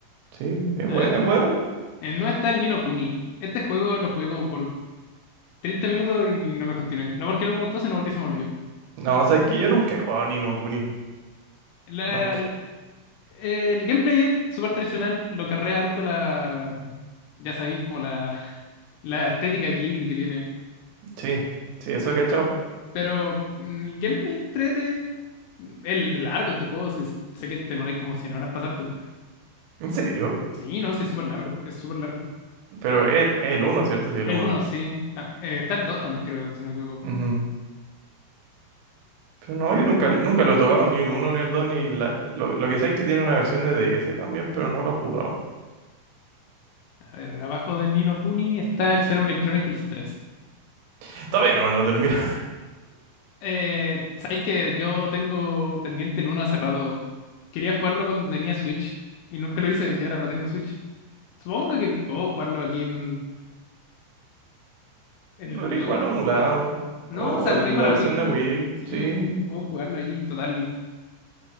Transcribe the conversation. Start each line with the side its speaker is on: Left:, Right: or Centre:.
Right: Sí, es
Left: A
Right: bue-
Left: ver,
Right: es bueno.
Left: el no está el Nino Kuni. Este juego lo jugué como por 30 minutos y no lo continué. No porque no me gustó, sino porque se me olvidó.
Right: No, o sea, es que yo nunca he jugado ni no Kuni.
Left: La-
Right: Nunca.
Left: el, el gameplay es súper tradicional, lo carrea harto la. Ya sabéis, como la, <laughs> la estética Ghibli que tiene.
Right: Sí, sí, eso que he echado.
Left: Pero mm, el gameplay entrete. el largo este juego, sí, sé que te moráis como 100 horas pasártelo.
Right: ¿En serio?
Left: Sí, no, sí, es súper largo, es súper largo.
Right: Pero es, es el uno, ¿cierto? Sí, el
Left: El
Right: uno.
Left: uno sí. Ta- eh, está el 2 también, creo, si no me equivoco.
Right: Ujú. Pero no, yo nunca, nunca lo he tocado, ni el uno, ni el dos, ni la... Lo, lo que sé es que tiene una versión de DS también, pero no lo he jugado.
Left: A ver, abajo del Nino Kuni está el Xenoblade Chronicles tres
Right: <laughs> Todavía no lo termino.
Left: Eh, sabes que yo tengo pendiente el uno hace rato. Quería jugarlo cuando tenía Switch y nunca lo hice y ahora no tengo Switch. Supongo que puedo jugarlo aquí en, en
Right: Podría
Left: la Wii.
Right: jugarlo emulado.
Left: No,
Right: O
Left: o sea,
Right: la
Left: tengo la
Right: versión
Left: Wii.
Right: de Wii.
Left: Sí,
Right: Sí.
Left: puedo jugarlo ahí. Total,